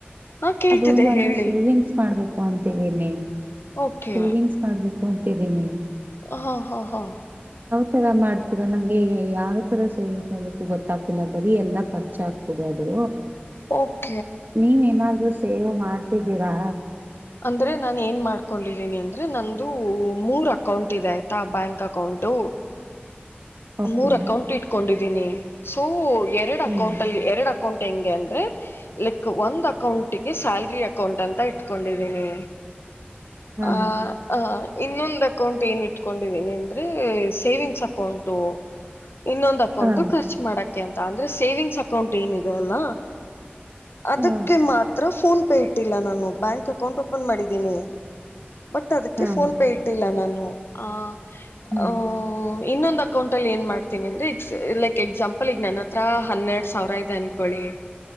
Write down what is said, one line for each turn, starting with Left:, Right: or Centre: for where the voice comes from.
Left: ಹಾ ಕೇಳ್ತಿದೆ
Right: ಅದು ನಾನು
Left: ಹೇಳಿ
Right: ಸೇವಿಂಗ್ಸ್ ಮಾಡ್ಬೇಕು ಕೊಂತ ದನೆ
Left: ಓಕೆ
Right: ಸೇವಿಂಗ್ಸ್ ಮಾಡ್ಬೇಕಿು ಅಂತಿದೀನಿ
Left: ಹಾ ಹಾ ಹಾ
Right: ತರ ಮಾಡ್ತೀರಾ ನಮ್ಗೆ ಯಾವ್ ತರ ಸೇವಿಂಗ್ಸ್ ಮಾಡ್ಬೇಕು ಗೊತ್ತಾಗ್ತಿಲ್ಲ ಬರೀ ಎಲ್ಲಾ ಖರ್ಚ ಆಗ್ತದೆ ಅದು
Left: ಒಪ್ಪ
Right: ನೀವ ಏನಾದ್ರೂ ಸೇವೆ್ ಮಾಡ್ ಹಿದ್ದೀರಾ
Left: ಅಂದ್ರೆ ನಾನು ಏನ್ ಮಾಡ್ಕೊಂಡಿದ್ದೀನಿ ಅಂದ್ರೆ ನಂದುದು ಮೂರ್ ಅಕೌಂಟ್ ಇದೆ ಆಯ್ತಾ ಬ್ಯಾಂಕ್ ಅಕೌಂಟು
Right: ಓಕೆ
Left: ಮೂರ್ ಅಕೌಂಟ್ ಇಟ್ಕೊಂಡಿದ್ದೀನಿ ಸೋ ಎರಡು
Right: ಹ್ಮ್
Left: ಅಕೌಂಟ್ ಅಲ್ಲಿ ಎರಡು ಅಕೌಂಟ್ ಹೆಂಗೆ ಅಂದ್ರೆ ಲೈಕ್ ಒಂದ್ ಅಕೌಂಟ್ಗೆ ಸ್ಯಾಲ್ರಿ ಅಕೌಂಟ್ ಅಂತ ಇ ಕೊಂಡಿದ್ದೀನಿ
Right: ಹಾ
Left: ಆ ಹ ಇನ್ನೊಂದು ಅಕೌಂಟ್ ಏನ ಇಟ್ಕೊಂಡಿದೀನಿ ಅಂದ್ರೆ ಸೇವಿಂಗ್ಸ್ ಅಕೌಂಟು ಇನ್ನೊಂದು ಅಕೌಂಟ್
Right: ಹಾ
Left: ಖರ್ಚು ಮಾಡೋಕ್ಕೆೆ ಅಂತ ಅಂದ್ರೆ ಸೇವಿಂಗ್ಸ್ ಅಕೌಂಟ್ ಏನಿದೆ ಅಲ್ಲ ಅದಕ್ಕೆ
Right: ಹಾ
Left: ಮಾತ್ರ ಫೋನ್ ಪೇ ಇಟ್ಟಿಲ್ಲ ನಾನು ಬ್ಯಾಂಕ್ ಅಕೌಂಟ್ ಓಪನ್ ಮಾಡಿದ್ದೀನಿ ಬಟ್ ಅದಕ್ಕೆ
Right: ಹಾ ಹಾ
Left: ಫೋನ್ ಪೇ ಇಟ್ಟಿಲ್ಲ ನಾನು ಆ
Right: ಹಾ
Left: ಓ ಇನ್ನೊಂದ ಅಕೌಂಟ್ ಅಲ್ಲಿ ಏನ್ ಮಾಡ್ತೀನಿ ಅಂದ್ರೆ ಲೈಕ್ ಎಕ್ಸಾಂಪಲ್ ಈಗ ನನ್ನ ಹತ್ರಹನ್ನೆರಡು ಸಾವಿರ ಇದೆ ಅನ್ಕೊಳ್ಳಿ